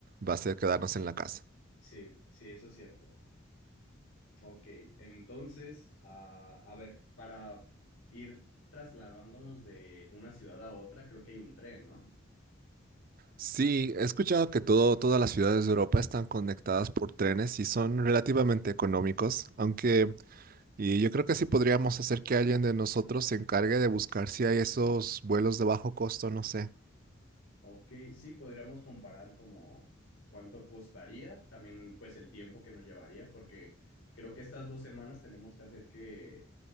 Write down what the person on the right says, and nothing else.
va a ser quedarnos en la casa.
Sí, he escuchado que todo, todas las ciudades de Europa están conectadas por trenes y son relativamente económicos, aunque y yo creo que sí podríamos hacer que alguien de nosotros se encargue de buscar si hay esos vuelos de bajo costo, no sé.